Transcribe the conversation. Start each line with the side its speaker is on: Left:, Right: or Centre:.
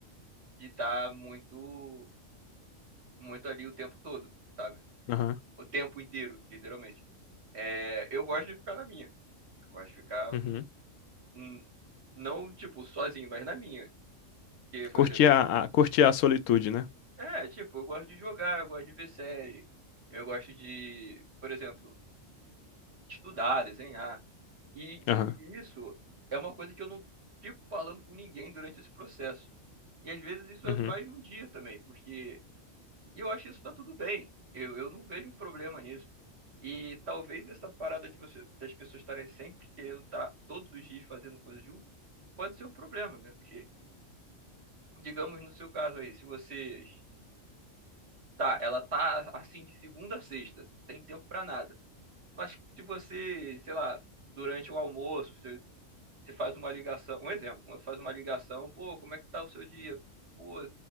Right: de estar muito muito ali o tempo todo, sabe?
Left: Aham.
Right: O tempo inteiro, literalmente. É, eu gosto de ficar na minha. Eu gosto de ficar
Left: Uhum.
Right: hum, não tipo sozinho, mas na minha. Porque, por
Left: Curtia
Right: exemplo,
Left: a, a- curtia a solitude, né?
Right: É, tipo, eu gosto de jogar, eu gosto de ver série, eu gosto de, por exemplo, estudar, desenhar. E,
Left: Aham.
Right: e isso é uma coisa que eu não fico falando com ninguém durante esse processo. E às vezes isso é
Left: Uhum.
Right: mais de um dia também, porque e eu acho que isso tá tudo bem. Eu, eu não vejo um problema nisso. E talvez essa parada de você, das pessoas estarem sempre querendo estar todos os dias fazendo coisa junto, pode ser um problema, né? Porque, digamos no seu caso aí, se vocês Tá, ela tá assim de segunda a sexta, tem tempo pra nada. Mas se você, sei lá, durante o almoço, você, você faz uma ligação, um exemplo, você faz uma ligação, pô, como é que tá o seu dia? Pô,